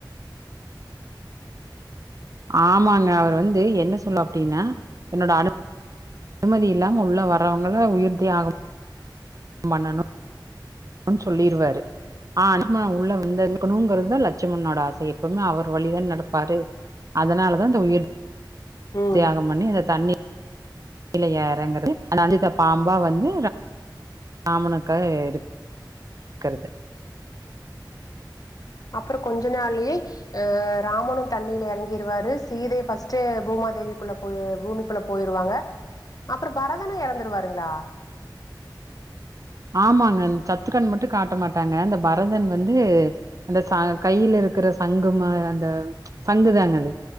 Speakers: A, on the right (about 45°); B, on the left (about 50°).
A: ஆமாங்க அவர் வந்து என்ன சொல்ல அப்டின்னா என்னோட அனு அனுமதி இல்லாம உள்ள வர்றவங்கள உயிர்த்தியாகம் மண்ணனு சொல்லிருவாரு ஆ அனுமன உள்ள வந்து வக்கணுங்கிறதுதா லட்சுமண்ணோட ஆசையே எப்பவுமே அவர் வழிதான நடப்பாரு அதனால தா இந்த உயிர்
B: ம்
A: தியாகம் பண்ணி அந்த தண்ணி கிழ எறங்குறது அது அஞ்சுத்த பாம்பா வந்து ராமனுக்காக இருக்குறது
B: அப்புறோ கொஞ்ச நாள்லயே ஆ ராமனு தண்ணில எறங்கிருவாரு சீதை ஃபஸ்டே பூமாதேவிக்குள்ள போ பூமிக்குள்ள போயிருவாங்க அப்பறோ பரதனு எறந்துருவாருங்ளா
A: ஆமாங்க அ சத்துக்கண் மட்டு காட்ட மாட்டாங்க அந்த பரதன் வந்து அந்த ச கையில இருக்குற சங்குமா அந்த சங்கு தாங்க அது